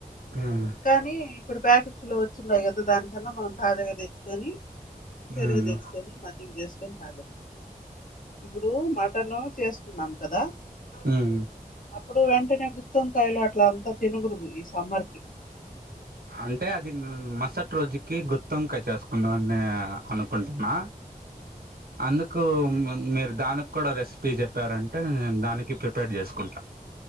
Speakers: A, on the right; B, on the left.
A: ఉమ్
B: కానీ ఇప్పుడు ప్యాకెట్స్ లో వచ్చిన్నాయి కదా దానికన్నా మనం తాజాగా తెచ్చుకొని పెరుగు
A: మ్మ్
B: తెచ్చుకొని మజ్జిగ చేసుకొని తాగచ్చు ఇప్పుడు మటను చేసుకున్నాం కదా
A: మ్మ్
B: అప్పుడు వెం టనే గుత్తొంకాయలు అట్ల అంతా తినకూడదు ఈ సమ్మర్కి
A: అంటే అది మరుసటి రోజుకి గుత్తొంకాయ్ చేసుకుందామని అనుకుంటున్నా అందుకు మ్ మి దానికి కూడా రెసిపీ చెప్పారంటే నేను దానికి ప్రిపేర్ చేసుకుంటా